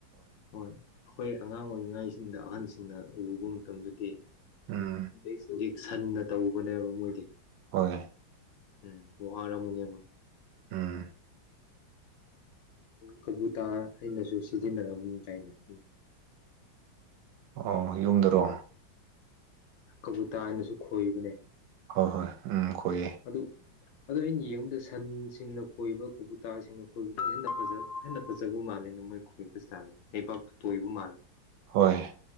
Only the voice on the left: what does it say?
ꯍꯣꯏ ꯑꯩꯈꯣꯏ ꯑꯉꯥꯡ ꯑꯣꯏꯔꯤꯉꯩꯁꯤꯡꯗ ꯑꯍꯟꯁꯤꯡꯅ ꯎꯕ ꯃꯇꯝꯗꯗꯤꯖꯤ
ꯁꯟꯅ ꯇꯧꯕꯅꯦꯕ ꯃꯣꯏꯗꯤ
ꯎꯝ ꯋꯥꯔꯝꯃꯅꯤꯕ
ꯀꯕꯨꯇꯥꯥ ꯍꯥꯏꯅꯁꯨ ꯁꯤꯖꯤꯟꯅꯔꯝ ꯗꯥꯏꯅꯦ
ꯀꯨꯕꯨꯇꯥꯅꯁꯨ ꯈꯣꯏꯕꯅꯦ
ꯑꯗꯨ ꯑꯗꯣ ꯑꯩꯅ ꯌꯦꯡꯕꯗ ꯁꯟꯁꯤꯡꯅ ꯈꯣꯏꯕ ꯀꯕꯨꯨꯇꯥꯁꯤꯡꯅ ꯈꯣꯏꯕꯗ ꯍꯦꯟꯅ ꯍꯦꯟꯅ ꯐꯖꯕ ꯃꯥꯜꯂꯦ ꯅ ꯃꯣꯏ ꯈꯨꯣꯏꯕꯁ ꯆꯂꯣ ꯅꯕꯥꯛ ꯇꯣꯏꯕ ꯃꯥꯜꯂꯦ